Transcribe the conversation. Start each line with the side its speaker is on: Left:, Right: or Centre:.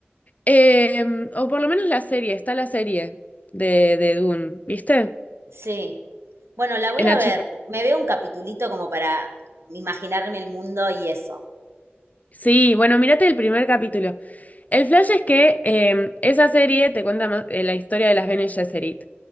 Left: Em, o por lo menos la serie, está la serie de, de Dune, ¿viste?
Right: Sí. Bueno, la voy
Left: En
Right: a
Left: HBO.
Right: ver. Me veo un capitulito como para imaginarme el mundo y eso.
Left: Sí, bueno, mírate el primer capítulo. El flash es que em, esa serie te cuenta más, eh, la historia de las Bene Gesserit,